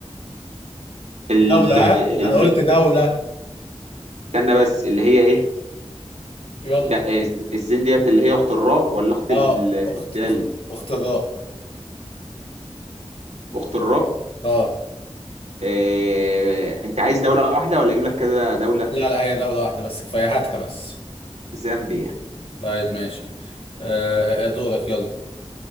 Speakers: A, on the right; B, on the left.
A: ال
B: دولة ها
A: ال
B: انا قلت دولة
A: استنى بس اللي هي ايه؟
B: يلا
A: ده الز- الزين ديت اللي هي اخت الراء ولا اخت
B: اه
A: ال- الدال؟
B: اخت اخت اخت الراء
A: اخت الراء
B: اه
A: إيه انت عايز دولة واحدة ولا اجيب لك كذا دولة
B: لا لا هي دولة واحدة بس كفاية هاتها بس
A: زامبيا
B: طيب ماشي آه آه، دورك يلا